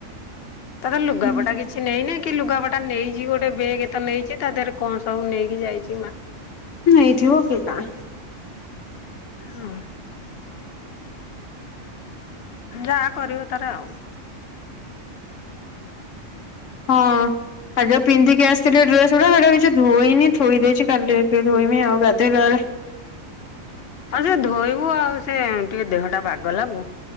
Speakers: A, on the left (about 55°); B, on the left (about 70°).
A: ତାର ଲୁଗାପଟା
B: ହୁଁ
A: କିଛି ନେଇନାଇ କି ଲୁଗାପ ଟା ନେଇଛି ଗୋଟେ ବେଗେ ତ ନେଇଛି ତା ଦେହରେ କଣ ସବୁ ନେଇକି ଯାଇଛି ମା।
B: ନେଇଥିବ କିଏ ଜାଣେ।
A: ହଁ। ଯାହା କରିବ ତାର ଆଉ।
B: ହଁ। ଆଜି ଯାହାକୁ ପିନ୍ଧିକି ଆସିଥିଲି ଡ୍ରେସ୍ ଗୁଡା ସେଟା କିଛି ଧୋଇନି ଥୋଇଦେଇଚି କାଲି ଏତିକି ଧୋଇମି ଗାଧେଇଲା ବେଳେ।
A: ଆଉ ସେ ଧୋଇବୁ ଆଉ ସେ ଟିକେ ଦେହ ଟା ବାଗ ଲାଗୁ।